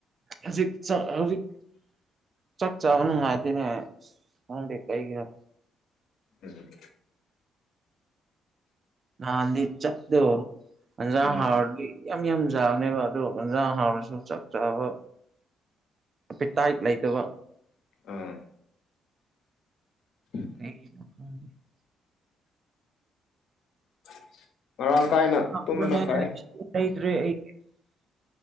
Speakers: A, on the right (about 45°); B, on the left (about 65°).
A: ꯍꯧꯖꯤꯛ ꯆꯥꯛ ꯍꯧꯖꯤꯛ ꯆꯥꯛ ꯆꯥꯕ ꯅꯨꯡꯉꯥꯏꯇꯦꯅꯦ ꯈꯪꯗꯦ ꯀꯩꯒꯤꯅꯣ
B: ꯎꯝ
A: ꯉꯍꯥꯟꯗꯤ ꯆꯛꯇꯨ ꯏꯟꯖꯥꯡ
B: ꯎꯝ
A: ꯍꯥꯎꯔꯗꯤ ꯌꯥꯝ ꯌꯥꯝ ꯆꯥꯕꯅꯦꯕ ꯑꯗꯣ ꯑꯟꯖꯥꯡ ꯍꯥꯎꯔꯁꯨ ꯆꯥꯛ ꯆꯥꯕ ꯄꯤꯇꯥꯏꯠ ꯂꯩꯇꯕ
B: ꯑꯥ <unintelligible>
A: <unintelligible>
B: <unintelligible> ꯃꯔꯥꯡ ꯀꯥꯏꯅ
A: <unintelligible>
B: ꯇꯨꯝꯕꯅ ꯐꯩ
A: ꯑꯩ